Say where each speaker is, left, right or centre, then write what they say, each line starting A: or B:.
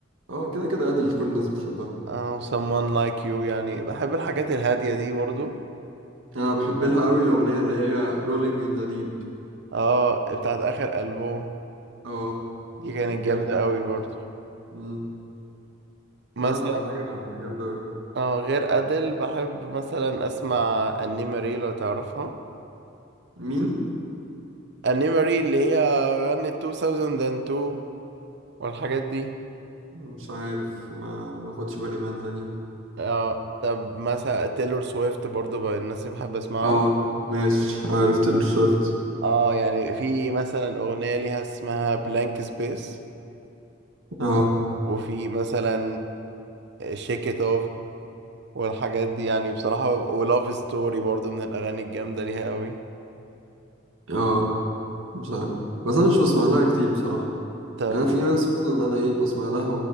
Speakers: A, on the right (about 80°); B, on the right (about 60°).
A: اه كده كده أدل كل الناس بتحبها
B: اه someone like you يعني بحب الحاجات الهاديه دي برضو
A: أنا بحب لها أوي الأغنية اللي هي Rolling in the Deep
B: اه بتاعت اخر البوم
A: اه
B: دي كانت
A: جامدة
B: جامده قوي
A: موت
B: برضو
A: مم.
B: مثلا
A: لا لا حاجة جامدة أوي
B: اه غير ادل بحب مثلا اسمع انيماري لو تعرفها
A: مين؟
B: انيماري اللي هي غنت 2002 والحاجات دي
A: مش عارف ما ما خدش بالي منها دي
B: اه طب مثلا تيلور سويفت برضو بقى الناس اللي بحب اسمعهم
A: اه ماشي عارف تيلر سويفت
B: اه يعني في مثلا اغنية ليها اسمها بلانك سبيس
A: اه
B: وفي مثلا شيك ات اوف والحاجات دي يعني بصراحة ولاف ستوري برضو من الاغاني الجامدة ليها قوي
A: اه مش عارف بس انا مش بسمع لها كتير بصراحة
B: طب
A: يعني أنا في ناس مثلا انا ايه بسمع لها